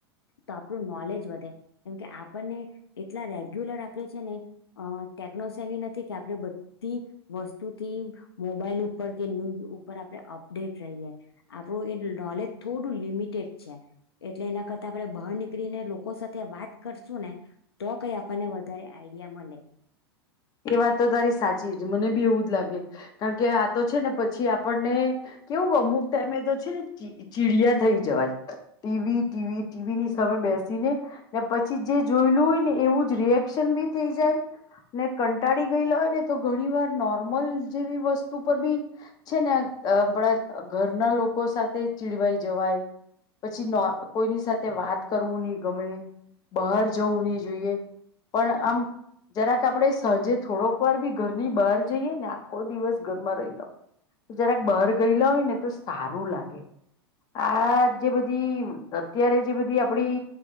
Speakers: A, on the left (about 65°); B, on the left (about 30°).
A: તો આપણું નોલેજ વધે કેમકે આપણને એટલા રેગ્યુલર આપણે છે ને અ ટેકનો એવી નથી કે આપણે બધી વસ્તુથી મોબાઈલ ઉપર કે ન્યૂઝ ઉપર આપણે અપડેટ રહીએ આપણું એ નોલેજ થોડું લિમિટેડ છે એટલે એના કરતા આપણે બહાર નીકળીને લોકો સાથે વાત કરશું ને તો કઈ આપણને વધારે આઈડિયા મળે.
B: એ વાત તો તારી સાચી જ મને બી એવું જ લાગે કારણ કે આ તો છે ને પછી આપણને કેવું અમુક ટાઈમે તો છે ને ચીડિયા થઈ જવાય ટીવી ટીવી ટીવીની સામે બેસીને ને પછી જે જોયેલું હોય ને એવું જ રિએક્શન બી થઈ જાય. ને કંટાળી ગયેલા હોય ને તો ઘણી વાર નોર્મલ જેવી વસ્તુ પર બી છે નેણા ઘરના લોકો સાથે ચીડવાઈ જવાય પછી કોઈની સાથે વાત કરવું નહી ગમે બહાર જવું નહી જોઈએ પણ આમ જરાક આપે સાંજે થોડોક વાર બી ઘર ની બહાર જઈએ ને આખો દિવસ ઘરમાં રહીલા હોય જરાક બહાર ગયેલા હોય ને તો સારું લાગે આ જે બધી અત્યારે જે બધી આપડી